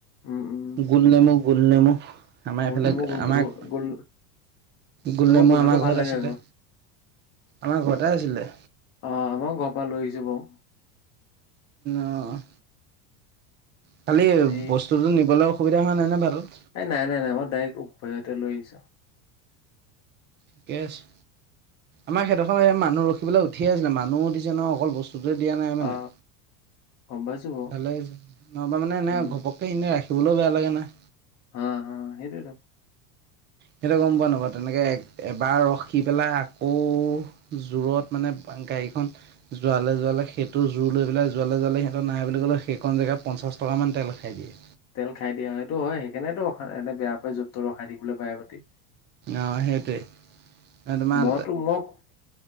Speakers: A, on the left (about 40°); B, on the right (about 25°).
A: উম উম
B: গোল নেমু গোল নেমু আমাৰ
A: গোল
B: এইফালে
A: নেমু গো
B: আমাৰ
A: গোল গোল
B: গোল নেমু
A: গোন্ধটো
B: আমাৰ
A: ভাল
B: ঘৰত
A: লাগে
B: আছিলে
A: আকৌ
B: আমাৰ ঘৰতে আছিলে।
A: অ', আমাৰ ঘৰ পৰা লৈ আহিছো বাৰু।
B: অ', খালি
A: সেই
B: বস্তুটো নিবলৈ অসুবিধা হোৱা নাই ন ভাতত?
A: এই নাই নাই নাই মই ডাইৰেক্ট উভয়তে লৈ আহছো।
B: থিকে আছে। আমাৰ সেই দখত এ মানুহ ৰখিবলৈ উঠিয়ে আছে মানুহো উঠিছে ন অকল বস্তু দিয়া নাই মানে
A: অ গম পাইছো বাৰু
B: ভালে নহ'বা মানে এনেই
A: উম
B: ঘপক ত এনে ৰাখিবলৈও বেয়া লাগে নাই।
A: অ', অ', সেইটোৱেতো।
B: সেইটো গম পোৱা নাপোৱা তেনেকৈ এবাৰ ৰখি পেলাই আকৌ জোৰত মানে গাড়ীখন যোৱালৈ যোৱালৈ সেইটো জোৰ লৈ পেলাই যোৱালে যোৱালে সিহঁত নাই বুলি ক'লে সেইখন জেগাত পঞ্চাছ টকামান তেল উঠাই দিয়ে।
A: তেল খাই দিয়া সেইটো হয় সেই কাৰণেটো এনে বেয়া পায় য'ত ৰখাই দিবলৈ বাৰে পাতি।
B: অ', সেইটোৱে। তোমাৰ
A: মইতো মোক